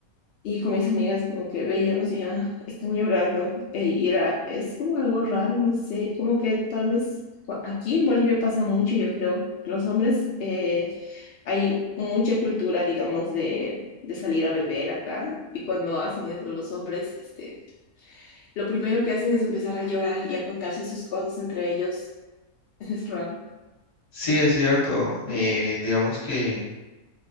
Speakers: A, on the left (about 75°); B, on the left (about 35°).
A: Y con mis amigas como que veíamos y ya están llorando. E- Y era, es como algo raro, no sé, como que tal vez cua- aquí en Bolivia pasa mucho, yo creo. Los hombres eh, hay mucha cultura, digamos, de, de salir a beber acá y cuando hacen eso los hombres, este, lo primero que hacen es empezar a llorar y a contarse sus cosas entre ellos. <laughs> Es raro,
B: Sí, es cierto.
A: ¿no?
B: eh, digamos que